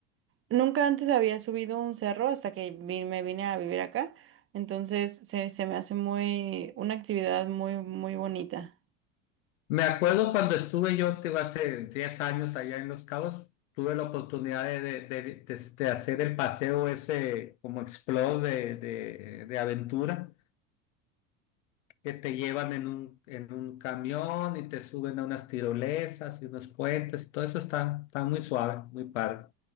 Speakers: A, on the right; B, on the left.
A: nunca antes había subido un cerro hasta que vi- me vine a vivir acá, entonces se, se me hace muy, una actividad muy, muy bonita.
B: Me acuerdo cuando estuve yo, te digo, hace 10 años allá en Los Cabos, tuve la oportunidad de, de- de- de- de hacer el paseo ese como explore de, de- de aventura, que te llevan en un, en un camión y te suben a unas tirolesas y unos puentes, y todo eso está, está muy suave, muy padre.